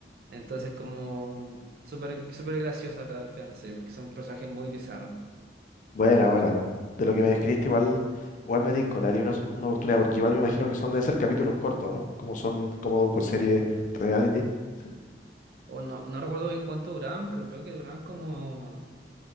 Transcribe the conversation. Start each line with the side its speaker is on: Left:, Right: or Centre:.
Right: Entonces, como súper súper graciosa al final la serie, porque son personajes muy bizarros.
Left: buena, buena.
Right: Sí.
Left: De lo que me describiste,
Right: Mm.
Left: igual, igual me tinco, le haría una, su- una oportunidad, porque igual me imagino que son, deben ser capítulos cortos, ¿no? Como son, como docuseries reality. Sí.
Right: O no, no recuerdo bien cuánto duraban, pero creo que duraban como